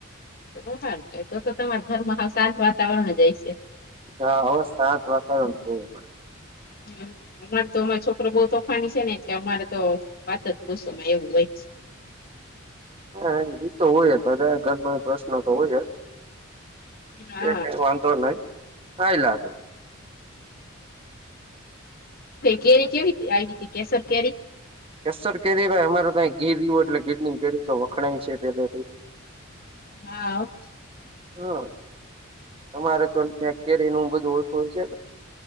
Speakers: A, on the left; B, on the right.
A: બહાર જતો તો તમારા ઘરમાં હાવ શાંત વાતાવરણ હશે.
B: હા હવે શાંત વાતાવરણ બોવ પણ.
A: હું. અમારે તો અમારે છોકરો બઉ તોફાન છે, ને એટલે અમારે તો વાત જ પૂછોમાં એવું હોય.
B: હરી તો હોય જ બધા ઘરમાં પ્રશ્ન તો હોય જ.
A: હા
B: એ કંઈ વાંધો નહીં, કાંઈ લાગે.
A: કેરી કેવી આવી હતી કેસર કેરી?
B: કેસર કે ભાઈ અમારે તો ગીરનું એટલે ઘીત ની કે તો વખણાય છે પેલે.
A: હા.
B: હા, તમારે તો કેરીનું બધું ઓળસું હોય છે.